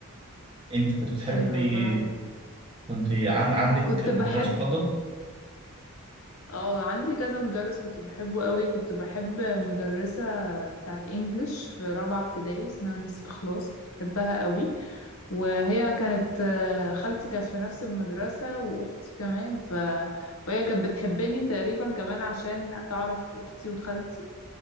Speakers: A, on the right; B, on the left.
A: أنت كنت بتحبي
B: أيوة فاهم
A: كنت عن... عندك
B: كنت
A: مدرس
B: بحب
A: مفضل؟
B: اه عندي كذا مدرس كنت بحبه قوي كنت بحب مدرسة بتاعت انجلش في رابعة ابتدائي اسمها مس اخلاص كنت بحبها قوي وهي كانت آه، خالتي كانت في نفس المدرسة واختي كمان ف... فهي كانت بتحبني تقريبا كمان عشان تعرف اختي وخالتي